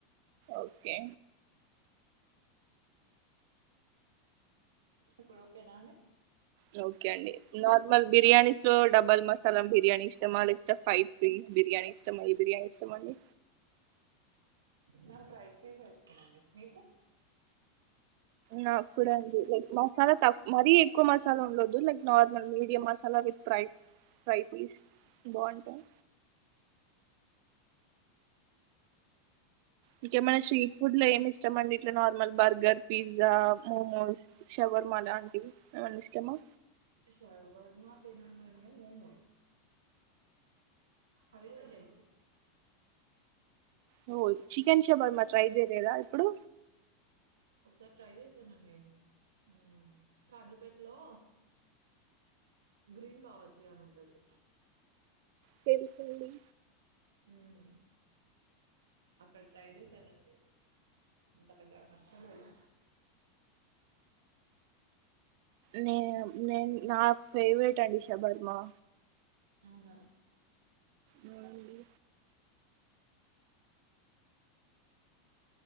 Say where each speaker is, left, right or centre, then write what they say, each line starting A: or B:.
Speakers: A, on the right; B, on the right.
A: ఓకే
B: ఇప్పుడు ఓకేనా అండి
A: లౌకే అండి నార్మల్ బిర్యానీస్ లో డబల్ మసాలా బిర్యానీ ఇష్టమా లేకపోతే ఫైవ్ పీస్ బిర్యానీ ఇష్టమా ఈ బిర్యానీ ఇష్టమాండి
B: నా ఫ్రైడ్ పీసే ఇష్టమండి మీకు
A: నాక్కూడా అంతే <unintelligible> మసాలా తక్క్ మరీ ఎక్కువ మసాలా ఉండొద్దు like normal medium masala with ప్రై ఫ్రై పీస్ బాంటాయ్ ఇంకేమైనా స్ట్రీట్ ఫుడ్ లో ఏమి ఇష్టం అండి ఇట్లా నార్మల్ బర్గర్ పిజ్జా మోమోస్ షవ మాలాంటి ఏమన్నా ఇష్టమా
B: శవర్మ తినమనే నువు అవి గుడా వెజ్
A: నువ్వు చికెన్ షబర్మా ట్రై జెయలేదా ఎప్పుడు
B: ఒకసారి ట్రై జేశానండి ఊమ్ నేను కాజీపేట్లో గ్రీన్ బావొచ్చయ అని ఉంటది
A: తెలుసండి
B: మ్ అక్కడ ట్రై జేశానండి ఎంత పెద్ద హస్టలో అది
A: నే నేను నా ఫేవరెట్ అండి షభర్మా
B: అవునా
A: మళ్ళీ